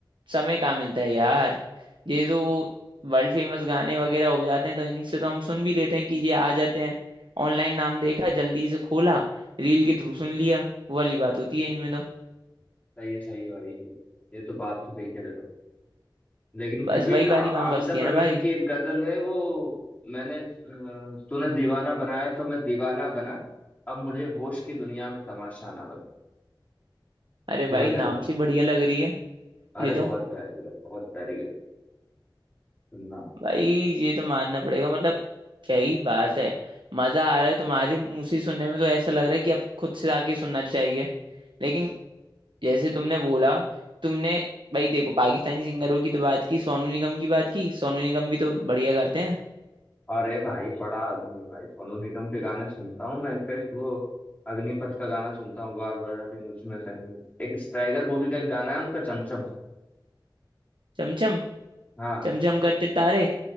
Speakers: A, on the right; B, on the left.
A: समय कहाँ मिलता है यार ये तो वो वर्ल्ड फेमस गाने वगैरह हो जाते हैं तो इनसे तो हम सुन भी लेते हैं कि ये आ जाते हैं ऑनलाइन नाम देखा जल्दी से खोला रील के थ्रू सुन लिया वो वाली बात होती है इनमें तो
B: सही है सही है भाई ये तो बात तो सही कह रहे तो लेकिन फिर
A: बस
B: भी
A: वही
B: आ,
A: वाली
B: आबिदा
A: वहां फंसती
B: प्रवीण
A: है ना भाई
B: की एक गजल है वो मैंने अ, तूने दीवाना बनाया तो मैं दीवाना बना अब मुझे होश की दुनिया में तमाशा ना बना
A: अरे
B: वो
A: भाई
B: गजल
A: नाम
B: है
A: से बढ़िया लग रही है
B: अरे
A: ये तो
B: बहुत प्यारी है भाई बहुत प्यारी गजल सुनना
A: भाई ये तो मानना पड़ेगा मतलब क्या ही बात है मजा आ रहा है तुम्हारे मुंह से ही सुनने में तो ऐसा लग रहा है कि अब खुद से आके सुनना चाहिए लेकिन जैसे तुमने बोला तुमने भाई देखो पाकिस्तानी सिंगरों की तो बात की सोनू निगम की बात की सोनू निगम भी तो बढ़िया गाते हैं
B: अरे भाई बड़ा आदमी है भाई सोनू निगम के गाने सुनता हूँ मैं इनफेक्ट वो अग्निपथ का गाना सुनता हूँ बार बार अभी मुझ में कहीं एक स्ट्राइगर मूवी का एक गाना है उनका चमचम
A: चमचम
B: हाँ
A: चमचम करते तारे